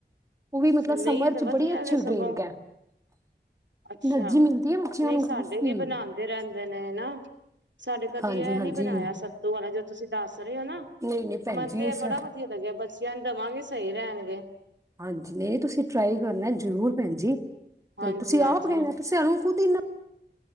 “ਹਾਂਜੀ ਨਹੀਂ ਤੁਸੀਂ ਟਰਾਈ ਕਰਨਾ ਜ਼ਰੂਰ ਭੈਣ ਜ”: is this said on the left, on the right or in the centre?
Right